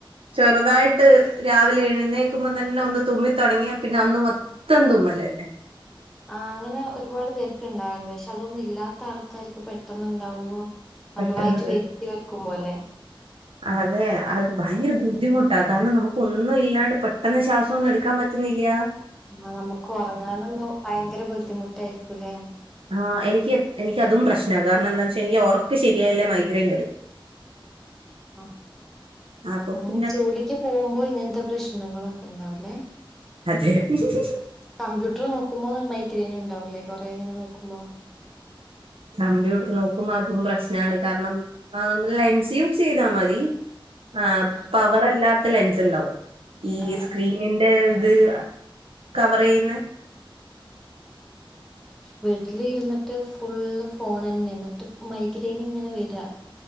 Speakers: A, on the right (about 80°); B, in the centre.
A: ചെറുതായിട്ട് രാവിലെ എഴുന്നേൽക്കുമ്പോ തന്നെ ഒന്ന് തുമ്മിത്തൊടങ്ങിയ പിന്നെ അന്ന് മൊത്തം തുമ്മൽ തന്നെ
B: ആ അങ്ങനെ ഒരുപാട് പേർക്ക് ഉണ്ടാവണ്ട് പക്ഷെ അതൊന്നും ഇല്ലാത്ത ആൾക്കാർക്ക് പെട്ടെന്ന് ഉണ്ടാവുമ്പോ നമ്മളായിട്ട്
A: പെട്ടെന്ന്
B: വെറ്റ് വെയ്ക്കുമ്പോ അല്ലെ
A: അതെ അത് ഭയങ്കര ബുദ്ധിമുട്ടാ കാരണം നമുക്ക് ഒന്നും ഇല്ലാണ്ട് പെട്ടെന്ന് ശ്വാസം ഒന്നും എടുക്കാൻ പറ്റ മില്ല
B: ആ നമുക്ക് ഉറങ്ങാനൊന്നും ഭയങ്കര ബുദ്ധിമുട്ടായിരിക്കൂല്ലേ
A: ആ എനിക്ക് എനിക്ക് അതും പ്രശ്നമാണ് കാരണം എന്താന്ന് വെച്ചാൽ എനിക്ക് ഉറക്കം ശരിയായില്ലെങ്കിൽ മൈഗ്രെൻ വരും.
B: ആ
A: അപ്പൊ
B: അങ്ങനെ
A: പിന്നെ
B: ജോലിക്ക് പോകുമ്പോ ഇങ്ങനത്തെ പ്രശ്നങ്ങളൊക്കെ ഒക്കെ ഉണ്ടാവല്ലേ
A: <inaudible>
B: കമ്പ്യൂട്ടർ നോക്കുമ്പോ മൈഗ്രെയിൻ ഉണ്ടാവൂലേ കൊറെ ഇങ്ങനെ നോക്കുമ്പോ
A: കമ്പ്യൂട്ടർ നോക്കുമ്പോ അതും പ്രശ്നമാണ് കാരണം നമ്മൾ ലെൻസ് യൂസ് ചെയ്താൽ മതി ആ
B: ആഹ്
A: പവർ അല്ലാത്ത ലെൻസ് ഉണ്ടാവും ഈ
B: ആഹ്
A: സ്ക്രീനിന്റെ
B: ആഹ്
A: അത് കവർ ചെയ്യുന്ന
B: വീട്ടിൽ ഇരുന്നിട്ട് ഫുൾ ഫോൺ തന്നെയാന്ന് എന്നിട്ട് മൈഗ്രെയിൻ ഇങ്ങനെ വരാ